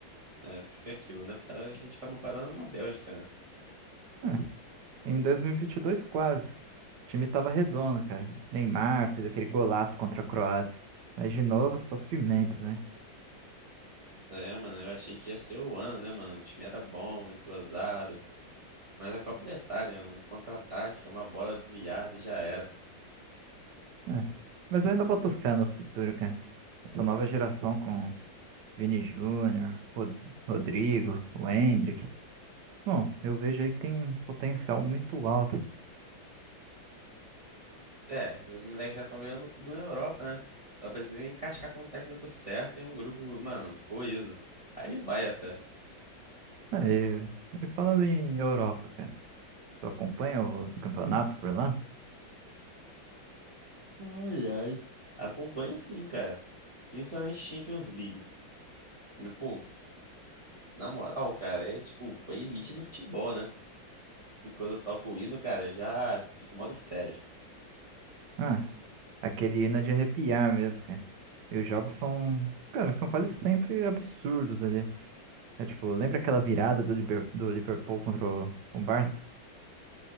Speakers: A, on the right; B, on the right.
A: É, porque é aquilo, né? Parou, a gente acabou parando na Bélgica, né?
B: Ah, em 2022, quase. O time tava redondo, cara. Neymar fez aquele golaço contra a Croácia. Mas de novo, sofrimento, né?
A: É, mano, eu achei que ia ser o ano, né, mano? O time era bom, entrosado. Mas a Copa da Itália, um contra-ataque, uma bola desviada e já era.
B: Ah, mas eu ainda boto fé no futuro, cara. Essa nova geração com Vini Júnior, Rod- Rodrigo, o Endrick. Bom, eu vejo aí que tem um potencial muito alto.
A: É, os moleques já estão ganhando tudo na Europa, né? Só precisa encaixar com o técnico certo e um grupo, mano, coeso. Aí vai até.
B: Aí, e falando em Europa, cara, tu acompanha os campeonatos por lá?
A: Ai, ai. Acompanho sim, cara. Principalmente Champions League. E, Pô, na moral, cara, é tipo, foi elite do futebol, né? Enquanto eu toco o hino, cara, já fico modo sério.
B: Ah, aquele hino é de arrepiar mesmo, cara. E os jogos são, cara, são quase sempre absurdos ali. É tipo, lembra aquela virada do, Liber- do Liverpool contra o, o Barça?